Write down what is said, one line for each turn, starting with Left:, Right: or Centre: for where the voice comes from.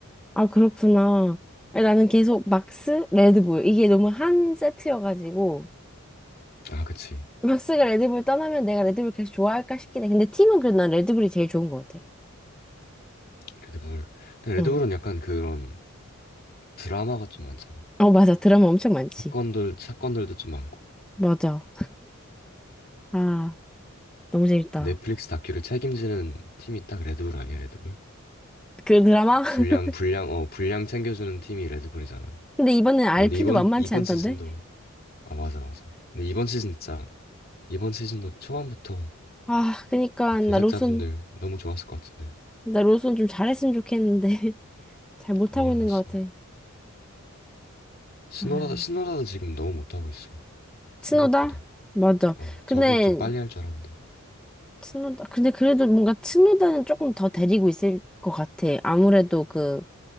Centre: 아, 그렇구나. 아니, 나는 계속 막스, 레드불. 이게 너무 한 세트여가지고.
Left: 아 그치
Centre: 막스가 레드불 떠나면 내가 레드불 계속 좋아할까 싶긴 해. 근데 팀은 그래도 난 레드불이 제일 좋은 것 같아.
Left: 레드불 근데 레드불은
Centre: 응.
Left: 약간 그런 드라마가 좀 많잖아.
Centre: 어, 맞아. 드라마 엄청 많지.
Left: 사건들, 사건들도 좀 많고.
Centre: 맞아. 아. 너무 재밌다.
Left: 그 넷플릭스 다큐를 책임지는 팀이 딱 레드불 아니야, 레드불?
Centre: 그 드라마? <laughs>
Left: 분량, 분량, 어, 분량 챙겨주는 팀이 레드불이잖아.
Centre: 근데 이번엔 알핀도
Left: 어, 근데 이번,
Centre: 만만치
Left: 이번
Centre: 않던데?
Left: 시즌도, 아, 맞아, 맞아. 근데 이번 시즌 진짜, 이번 시즌도 초반부터
Centre: 아, 그니까
Left: 제작자분들
Centre: 나 로손
Left: 너무 좋았을 것 같은데.
Centre: 나 로손 좀 잘했으면 좋겠는데 <laughs> 잘 못하고
Left: 리암
Centre: 있는
Left: 로슨.
Centre: 것 같아.
Left: 스노라도,
Centre: 아,
Left: 스노라도 지금 너무 못하고 있어. 생각보다.
Centre: 츠노다? 맞아.
Left: 어,
Centre: 근데
Left: 적응 좀 빨리 할 줄 알았는데.
Centre: 츠노다 근데 그래도 뭔가 츠노다는 조금 더 데리고 있을 것 같아. 아무래도 그